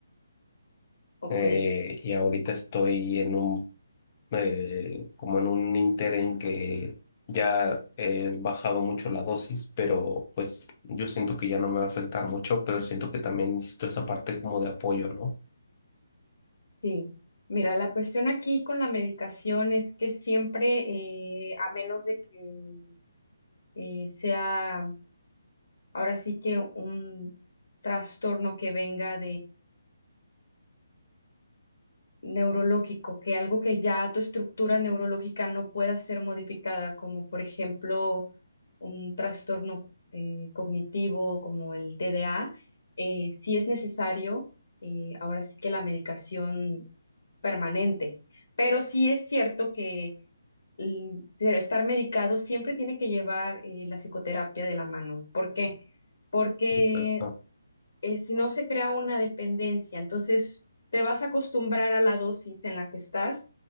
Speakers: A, on the left; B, on the left.
A: Ok,
B: Eh, y ahorita estoy en un, eh, como en un ínter en que ya he bajado mucho la dosis, pero pues yo siento que ya no me va a afectar mucho, pero siento que también necesito esa parte como de apoyo, ¿no?
A: sí. Mira, la cuestión aquí con la medicación es que siempre, eh, a menos de que eh, sea ahora sí que un trastorno que venga neurológico, que algo que ya tu estructura neurológica no pueda ser modificada, como por ejemplo un trastorno eh, cognitivo como el TDA, eh, sí es necesario, eh, ahora sí que la medicación permanente, pero sí es cierto que mm, estar medicado siempre tiene que llevar eh, la psicoterapia de la mano. ¿Por qué? Porque
B: Exacto.
A: eh, si no se crea una dependencia, entonces te vas a acostumbrar a la dosis en la que estás